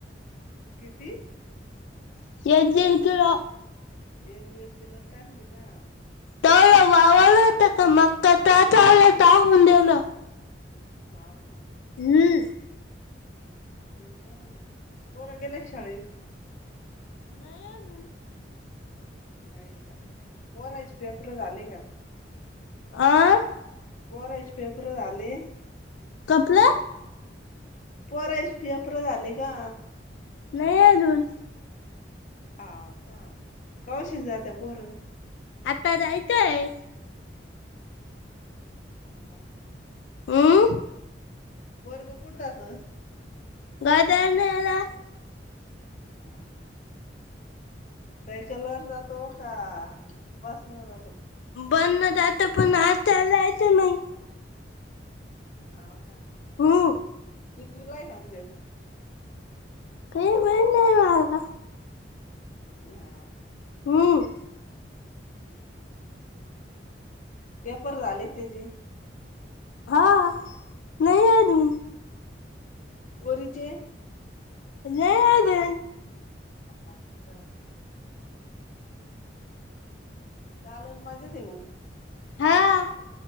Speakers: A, on the left; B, on the left.
A: किती?
B: एक दील किलो.
A: एक दीड किलो टाकली का?
B: तलं वावलंता का मंग ते वलं टाकून दिलं.
A: हाव का
B: हम्म
A: हम्म बर आहे मंग, पोर गेले का शाळेेत?
B: नाही अजून
A: नाही का, पोरायचे पेपर झाले का?
B: आ
A: पोरायचे पेपर झाले
B: कपले
A: पोरायची फी अप्रू झाली का?
B: नाही अजून
A: हाव का कवाशी जात्या पोरं?
B: आता जायचंय.
A: हाव का
B: हम्म
A: पोरगं कुठे जातं?
B: गादी आणायला.
A: हाव का सायकल वर जातो का बस न जातो?
B: बन जातो पण आज त्याला जायचं नाही.
A: हाव का.
B: हो
A: कितवीला आहे कानू तो?
B: काही वेळ नाही मला का
A: हाव का
B: हम्म
A: हम्म पेपर झाले त्याचेे?
B: हा, नाही अजून.
A: पोरीचें
B: जया देन
A: हाव का? चाललं मजेत है मं?
B: हां.